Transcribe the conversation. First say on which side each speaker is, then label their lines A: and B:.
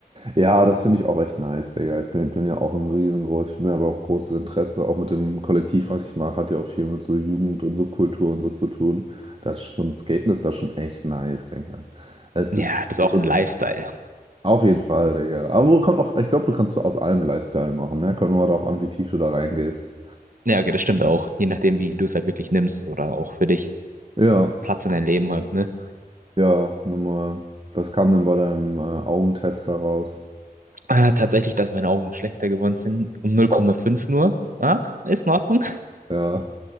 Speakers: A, on the right; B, on the right.
A: Ja, das finde ich auch echt nice, Digga. Ich bin, bin ja auch ein riesengroß, ich bin mir aber auch großes Interesse, auch mit dem Kollektiv, was ich mache, hat ja auch viel mit so Jugend und Subkultur und so zu tun. Das ist schon, Skaten ist da schon echt nice, Digga. Es
B: Ja,
A: ist
B: das ist auch
A: <laughs>
B: ein Lifestyle.
A: auf jeden Fall, Digga. Aber wo kommt auch, ich glaube, du kannst so aus allem Lifestyle machen, ne? Kommt nur darauf an, wie tief du da reingehst.
B: Ja, okay, das stimmt auch. Je nachdem, wie du es halt wirklich nimmst oder auch für dich
A: Ja,
B: Platz in deinem Leben hat, ne?
A: ja, nun mal. Was kam denn bei deinem äh, Augentest da raus?
B: Äh, tatsächlich, dass meine Augen schlechter geworden sind. Um 0,5
A: Oh,
B: nur. Ah, ist in Ordnung.
A: Ja,